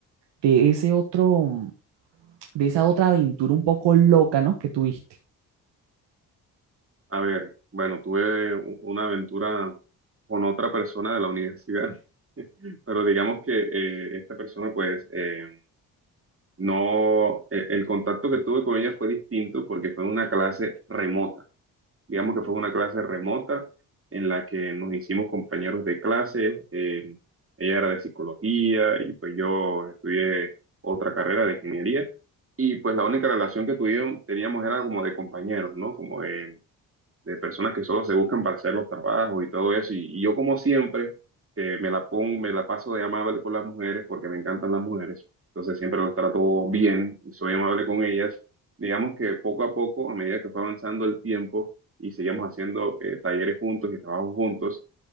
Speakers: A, on the right; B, on the right.
A: de ese otro, de esa otra aventura un poco loca, ¿no? Que tuviste.
B: A ver, bueno, tuve u- una aventura con otra persona de la universidad, <laughs> pero digamos que eh, esta persona, pues, eh, no, e- el contacto que tuve con ella fue distinto porque fue una clase remota. Digamos que fue una clase remota en la que nos hicimos compañeros de clase. eh, ella era de psicología y pues yo estudié otra carrera de ingeniería. Y pues la única relación que tuvieron- teníamos era como de compañeros, ¿no? Como de de personas que solo se buscan para hacer los trabajos y todo eso. Y, y yo como siempre, que me la pongo, me la paso de amable con las mujeres porque me encantan las mujeres. Entonces siempre las trato bien, soy amable con ellas. Digamos que poco a poco, a medida que fue avanzando el tiempo y seguíamos haciendo eh, talleres juntos y trabajos juntos,